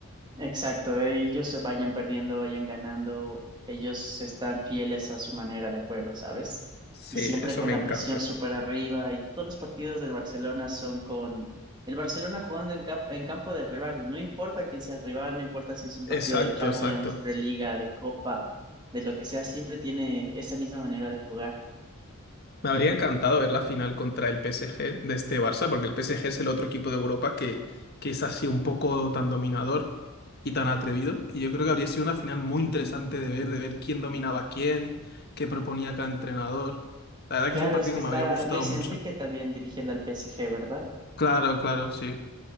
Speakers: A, on the right; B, on the left.
A: Exacto, ellos se vayan perdiendo, vayan ganando, ellos están fieles a su manera de juego, ¿sabes?
B: Sí,
A: Y siempre
B: eso
A: con
B: me
A: la
B: encanta.
A: presión súper arriba y todos los partidos del Barcelona son con el Barcelona jugando en, cap- en campo del rival y no importa quién sea el rival, no importa si es un
B: Exacto,
A: partido de Champions,
B: exacto.
A: de Liga, de Copa, de lo que sea, siempre tiene esa misma manera de jugar.
B: Me habría encantado ver la final contra el PSG de este Barça, porque el PSG es el otro equipo de Europa que, que es así un poco tan dominador y tan atrevido. Y yo creo que habría sido una final muy interesante de ver, de ver quién dominaba a quién, qué proponía cada entrenador. La verdad
A: Claro,
B: que es un partido
A: es que
B: que
A: está
B: me habría gustado
A: Luis
B: mucho.
A: Enrique también dirigiendo al PSG, ¿verdad?
B: Claro, claro, sí.